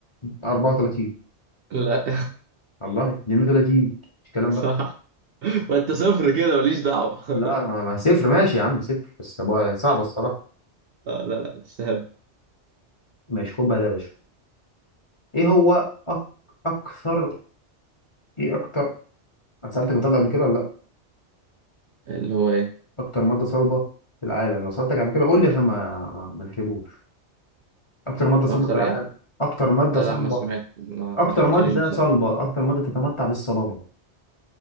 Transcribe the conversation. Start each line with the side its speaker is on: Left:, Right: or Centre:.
Left: 34
Right: لا
Left: الله 32 مش
Right: <laughs>
Left: كلام
Right: صح
Left: بقى
Right: ما انت صفر كده ماليش دعوة <laughs>
Left: لا ما ما صفر ماشي يا عم صفر بس بقى صعبه الصراحه
Right: آه لا لا بس هم
Left: ماشي خد بقى ده يا باشا ايه هو أك... اكثر ايه اكتر انا سالتك بتاع ده قبل كده ولا لا
Right: اللي هو ايه
Left: اكتر ماده صلبه في العالم لو سالتك قبل كده قول لي عشان ما ما نحسبوش اكتر ماده
Right: ما
Left: صلبه
Right: اكتر
Left: في العالم
Right: ايه
Left: اكتر ماده
Right: لا
Left: صلبه
Right: لا ما سمعت ما,
Left: اكتر
Right: ما قلتليش
Left: ماده
Right: بصراحة
Left: صلبه اكتر ماده تتمتع بالصلابه